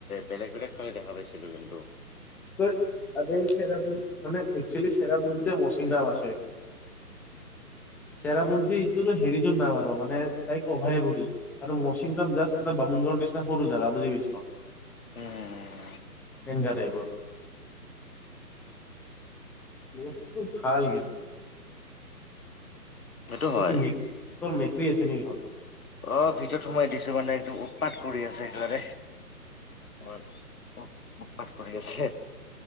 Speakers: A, on the left (about 60°); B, in the centre.
A: বেলেগ বেলেগ ঠাই দেখা পাইছিলো কিন্তু ।
B: <unintelligible> চেৰাপুঞ্জী মানে একচালী চেৰাপুঞ্জীতে মৌচিমৰাম আছে । <inaudible> চেৰাপুঞ্জী এইটো হেৰিটো ডাঙৰ হ'ব নে লাইক অভয়াপুৰী কৰি মচৌমৰাম জাষ্ট এটা বামু <unintelligible> নিচিনা সৰু জেগা বুজি পাইছ,
A: উম
B: তেনেকা টাইপৰ। <inaudible> বস্তুটো ভাল কিন্তু।
A: সেইটো
B: ত
A: হয়
B: কি মে, মেকুৰি আছে নেকি ঘৰত?
A: অ ভিতৰত সোমাই দিছো মানে একদম উৎপাত কৰি আছে একেবাৰে। বৰ্তমান উৎপাত কৰি আছে।